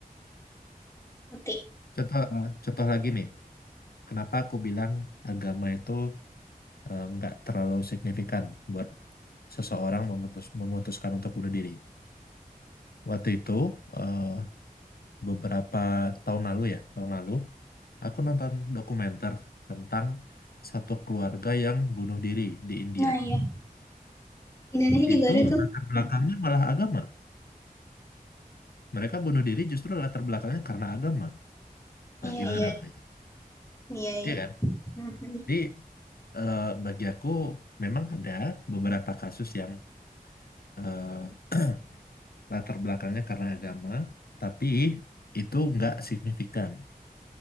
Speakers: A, on the left; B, on the left.
A: ngerti
B: Contoh eh, contoh lagi nih. Kenapa aku bilang agama itu eh, nggak terlalu signifikan buat seseorang memutus, memutuskan untuk bunuh diri. Waktu itu eh, beberapa tahun lalu ya, tahun lalu aku nonton dokumenter tentang satu keluarga yang bunuh diri di India.
A: nah ya Indonesia juga
B: Itu
A: ada tuh
B: latar belakangnya malah agama. Mereka bunuh diri justru latar belakangnya karena agama. Nah,
A: iya
B: gimana
A: iya
B: Mbak itu?
A: iya iya
B: Iya kan?
A: Mhm.
B: Jadi eh, bagi aku memang ada beberapa kasus yang eh, <clears throat> latar belakangnya karena agama, tapi itu nggak signifikan.